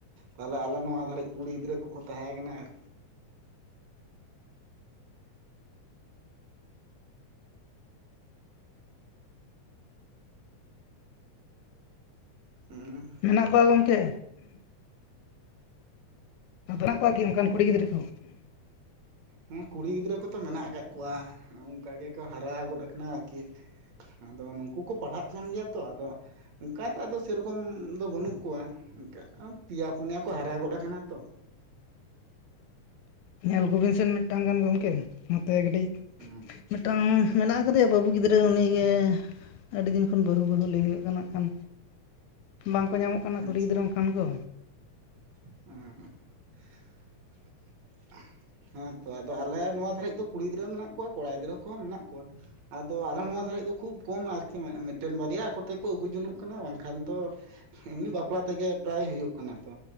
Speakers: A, on the right; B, on the left.
A: ᱛᱟᱦᱞᱮ ᱟᱞᱮ ᱱᱚᱣᱟ ᱫᱷᱟᱨᱮᱡ ᱠᱩᱲᱤ ᱜᱤᱫᱽᱨᱟᱹ ᱠᱚ ᱠᱚ ᱛᱟᱦᱮᱸ ᱠᱟᱱᱟ ᱟᱨᱠ ᱦᱩᱸ
B: ᱦᱮᱱᱟᱜ ᱠᱚᱣᱟ ᱜᱚᱝᱠᱮ ᱚᱱᱛᱮ ᱦᱮᱱᱟᱜ ᱠᱚᱣᱟ ᱠᱤ ᱚᱱᱠᱟᱱ ᱠᱩᱲᱤ ᱜᱤᱫᱽᱨᱟᱹ ᱠᱚ
A: ᱦᱮᱸ ᱠᱩᱲᱤ ᱜᱤᱫᱽᱨᱟᱹ ᱠᱚ ᱛᱚ ᱢᱮᱱᱟᱜ ᱟᱠᱟᱫ ᱠᱚᱣᱟ ᱚᱱᱠᱟ ᱜᱮ ᱠᱚ ᱦᱟᱨᱟ ᱜᱚᱫ ᱟᱠᱟᱱᱟ ᱟᱨᱠᱤ ᱟᱫᱚ ᱱᱩᱝᱠᱩ ᱠᱚ ᱯᱟᱲᱦᱟᱜ ᱠᱟᱱ ᱜᱮᱭᱟ ᱛᱚ ᱟᱫᱚ ᱚᱱᱠᱟ ᱫᱚ ᱟᱫᱚ ᱥᱮ ᱨᱚᱠᱚᱢ ᱫᱚ ᱵᱟᱹᱱᱩᱜ ᱠᱚᱣᱟ ᱯᱮ ᱭᱟ ᱯᱩᱱᱭᱟ ᱠᱚ ᱦᱟᱨᱟ ᱜᱚᱫ ᱟᱠᱟᱱᱟ ᱛᱚ
B: ᱧᱮᱞ ᱠᱚ ᱵᱤᱱ ᱥᱮ ᱢᱮᱫ ᱴᱟᱝ ᱜᱟᱱ ᱜᱚᱢᱠᱮ ᱱᱚᱛᱮ ᱠᱟᱹᱴᱤᱡ
A: ᱦᱩᱸ
B: ᱢᱮᱫ ᱴᱟᱱ ᱢᱮᱱᱟᱜ ᱠᱟᱫᱮ ᱭᱟ ᱵᱟᱹᱵᱩ ᱜᱤᱫᱽᱨᱟᱹ ᱩᱱᱤ ᱜᱮ ᱟᱹᱰᱤ ᱫᱤᱱ ᱠᱷᱚᱱ ᱵᱟᱹᱦᱩ ᱵᱟᱹᱦᱩ ᱞᱟᱹᱭ ᱦᱳᱭᱳᱜ ᱠᱟᱱᱟ ᱱᱟᱜ ᱠᱷᱟᱱ ᱵᱟᱝᱠᱚ ᱧᱟᱢᱚᱜ ᱠᱟᱱᱟ
A: ᱟᱪᱪᱷᱟ
B: ᱠᱩᱲᱤ ᱜᱤᱫᱽᱨᱟᱹ ᱚᱱᱠᱟᱱ ᱠᱚ
A: <unintelligible> ᱦᱮᱸ ᱛᱚ ᱟᱫᱚ ᱟᱞᱮ ᱱᱚᱣᱟ ᱫᱷᱟᱹᱨᱤᱡ ᱫᱚ ᱠᱩᱲᱤ ᱜᱤᱫᱽᱨᱟᱹ ᱦᱚ ᱢᱮᱱᱟᱜ ᱠᱚᱣᱟ ᱠᱚᱲᱟ ᱜᱤᱫᱽᱨᱟᱹ ᱠᱚ ᱦᱚᱸ ᱢᱮᱱᱟᱜ ᱠᱚᱣᱟ ᱟᱫᱚ ᱟᱞᱮ ᱱᱚᱣᱟ ᱫᱷᱟᱨᱮ ᱫᱚ ᱠᱷᱩᱵᱽ ᱠᱚᱢ ᱟᱨ ᱠᱤ ᱢᱮᱫ ᱴᱮᱱ ᱵᱟᱨᱭᱟ ᱟᱠᱚ ᱛᱮ ᱠᱚ ᱟᱹᱜᱩ ᱡᱚᱱᱚᱜ ᱠᱟᱱᱟ ᱵᱟᱝ ᱠᱷᱟᱱ ᱫᱚ ᱮᱢᱱᱤ ᱵᱟᱯᱞᱟ ᱛᱮ ᱜᱮ ᱯᱨᱟᱭ ᱦᱩᱭᱩᱜ ᱠᱟᱱᱟ ᱛᱚ